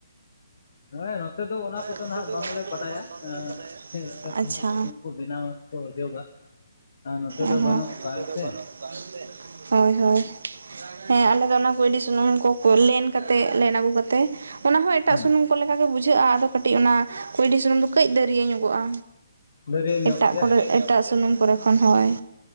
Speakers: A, on the left (about 55°); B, on the right (about 75°).
A: ᱦᱮᱸ ᱱᱚᱛᱮ ᱫᱚ ᱚᱱᱟ ᱠᱚᱫᱚ
B: ᱱᱚᱛᱮ
A: ᱱᱟᱦᱟᱜ
B: ᱫᱚ ᱚᱱᱟ
A: ᱵᱟᱝᱞᱮ
B: ᱠᱚᱫᱚ
A: ᱵᱟᱰᱟᱭᱟ
B: ᱦᱟᱜ ᱵᱟᱝᱞᱮ ᱵᱟᱰᱟᱭᱟ
A: ᱪᱮᱫ ᱞᱮᱠᱟ ᱠᱩᱭᱰᱤ
B: ᱟᱪᱪᱷᱟ
A: ᱥᱩᱱᱩᱢ ᱠᱚ ᱵᱮᱱᱟᱣᱟ ᱥᱮ ᱚᱡᱚᱜᱟ ᱟᱨ ᱱᱚᱛᱮ ᱫᱚ
B: ᱮ ᱦᱮᱸ
A: ᱵᱟᱹᱱᱩᱜ ᱟᱠᱟᱫᱟ
B: ᱱᱚᱛᱮᱫᱚ
A: ᱥᱮ
B: ᱵᱟᱹᱱᱩᱜᱼᱟ ᱦᱳᱭ ᱦᱳᱭ ᱦᱮᱸ ᱟᱞᱮ ᱫᱚ ᱚᱱᱟ ᱠᱩᱸᱭᱰᱤ ᱥᱩᱱᱩᱢ ᱠᱚ ᱠᱚ ᱞᱮᱱ ᱠᱟᱛᱮᱫ ᱞᱮᱱ ᱟᱹᱜᱩ ᱠᱟᱛᱮᱫ ᱚᱱᱟ ᱦᱚᱸᱚᱸ ᱮᱴᱟᱜ
A: ᱦᱮᱸ
B: ᱥᱩᱱᱩᱢ ᱪᱮᱫ ᱞᱮᱠᱟᱜᱮ ᱵᱩᱡᱷᱟᱹᱜᱼᱟ ᱟᱫᱚ ᱠᱟᱹᱴᱤᱡ ᱚᱱᱟ ᱠᱩᱭᱰᱤ ᱥᱩᱱᱩᱢ ᱫᱚ ᱠᱟᱹᱡ ᱫᱟᱹᱨᱭᱟᱹ ᱧᱚᱜᱚᱜᱼᱟ᱾
A: ᱫᱟᱹᱨᱭᱟᱹ ᱧᱚᱜ
B: ᱮᱴᱟᱜ
A: ᱜᱮᱭᱟ
B: ᱠᱚᱨᱮᱜ ᱮᱴᱟᱜ ᱥᱩᱱᱩᱢ ᱠᱚᱨᱮ ᱠᱷᱚᱱ ᱦᱳᱭ᱾